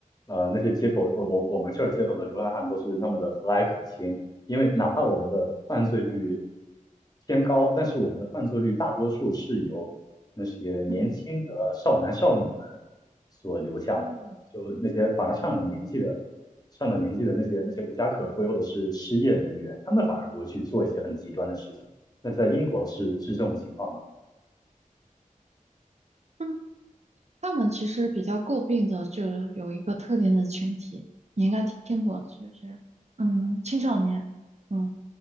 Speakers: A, on the left; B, on the right.
A: 呃那些街头，我我我们这儿街头的流浪汉都是那么的和蔼可亲，因为哪怕我们的犯罪率偏高，但是我们的犯罪率大多数是由那些年轻的少男少女们所留下的，
B: 嗯嗯。
A: 就那些反而上了年纪的。上了年纪的那些那些无家可归或者是失业人员，他们反而不会去做一些很极端的事情。那在英国是是这种情况吗？
B: 嗯他们其实比较诟病的就是有一个特定的群体，你应该听过，就是嗯青少年，嗯，